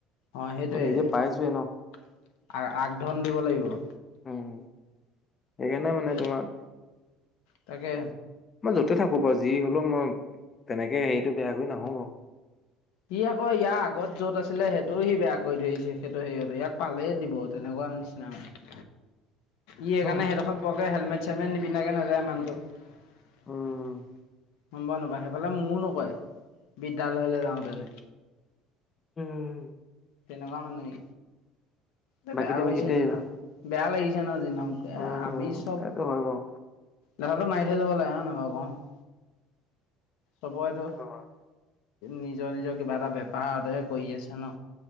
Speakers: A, on the left (about 85°); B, on the left (about 25°).
A: অঁ সেইটোৱে,
B: মই নিজে পাইছোৱে ন
A: আৰ আগ ধন দিব লাগিব।
B: উম সেইকাৰণে মানে
A: সেই
B: তোমাৰ
A: তাকে
B: মই যতে থাকো বাৰু যি হলেও মই তেনেকে হেৰিতটো বেয়া কৰি নাহো বাৰু।
A: সি আকৌ ইয়াৰ আগত যত আছিলে সেইটোও সি বেয়া কৰি থৈ আহিছে। সেইটো হেৰীয়ত ইয়াক পালেই দিব তেনেকুৱা নিচিনা। <unintelligible>
B: বাৰু
A: ই সেইকাৰণে সেইডোখৰত বৰকে হেলমেট চেলমেট নিপিন্ধাকে নাযায় মানুহটো।
B: উম
A: গম পাও নাপাও, সেইফালে মোৰো নকৰে বিদ্যয়ালয়লৈ যাওঁতেনে।
B: উম।
A: তেনেকুৱা মানুহ সি। এ
B: বাকী
A: বেয়া
B: তুমি
A: লাগিছে
B: কেতিয়া আহিবা
A: যি নহওঁক, বেয়া লাগিছে ন যি নহওঁক। এ
B: উম
A: আমি
B: উম
A: চব
B: এইটো হয় বাৰু
A: লেঠাটো মাৰি থৈ যাব লাগে হয় নহয় বাৰু ক'? চবৰেতো
B: সেইটো হয়
A: নিজৰ নিজৰ কিবা এটা বেপাৰতে কৰি আছে ন।